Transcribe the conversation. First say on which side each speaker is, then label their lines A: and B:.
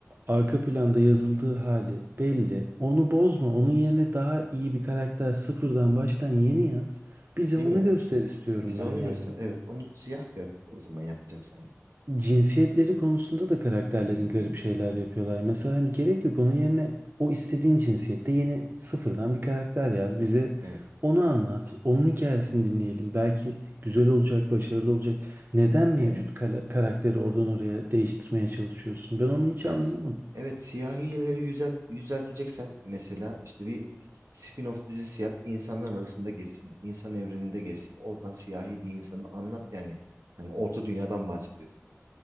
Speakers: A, on the right; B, on the right.
A: arka planda yazıldığı hali belli. Onu bozma. Onun yerine daha iyi bir karakter sıfırdan baştan yeni yaz. Bize
B: Yeni
A: onu
B: yaz.
A: göster istiyorum
B: Bize
A: ben
B: onu
A: yani.
B: göster. Evet onu siyah yap o zaman yapacaksan ya.
A: cinsiyetleri konusunda da karakterlerin garip şeyler yapıyorlar. Mesela hani gerek yok onun yerine o istediğin cinsiyette yeni sıfırdan bir karakter yaz. Bize
B: Evet.
A: onu anlat. Onun hikayesini dinleyelim. Belki güzel olacak, başarılı olacak. Neden mevcut
B: Evet.
A: kale- karakteri oradan oraya değiştirmeye çalışıyorsun? Ben onu hiç
B: Yaz.
A: anlayamadım.
B: Evet siyahileri yüzelt yüzelteceksen mesela işte bir s- spin-off dizisi yap. insanlar arasında geçsin. insan evreninde geçsin. Oradan siyahi bir insanı anlat yani. Hani Orta Dünya'dan bahsediyor.